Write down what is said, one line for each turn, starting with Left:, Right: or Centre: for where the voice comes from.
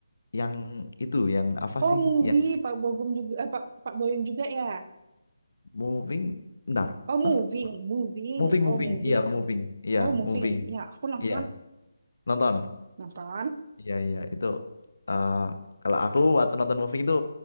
Left: yang itu yang apa
Right: Oh
Left: sih
Right: movie
Left: yang
Right: Pak Bogum juga eh, Pak Pak Boyong juga ya.
Left: moving bentar
Right: Oh moving,
Left: Hah?
Right: moving,
Left: moving
Right: oh
Left: moving
Right: moving,
Left: iya moving iya
Right: oh moving.
Left: moving
Right: Ya aku nonton,
Left: iya nonton
Right: nonton.
Left: iya iya itu eh, kalau aku waktu nonton moving itu